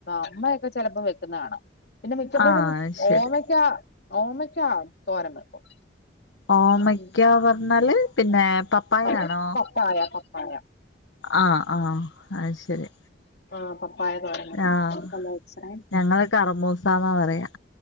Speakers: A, on the left; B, on the left.
A: അമ്മയൊക്കെ ചെലപ്പോ വെക്കുന്ന കാണാ പിന്നെ മിക്കപ്പോഴും
B: ആ ശരി
A: ഓമക്കാ ഓമക്കാ തോരൻ വെക്കും
B: ഓമക്കാ
A: ഉം
B: പറ്ഞ്ഞാല് പിന്നെ പപ്പായയാണോ?
A: പ- പപ്പായ പവായ
B: ആഹ് ആഹ് അയ്ശെരി
A: ആ ആ, പപ്പായ തോരൻ വെക്കും
B: ആഹ്
A: ഹലോ എക്സറേ
B: ഞങ്ങള് കറ്മൂസാന്നാ പറ്യാ.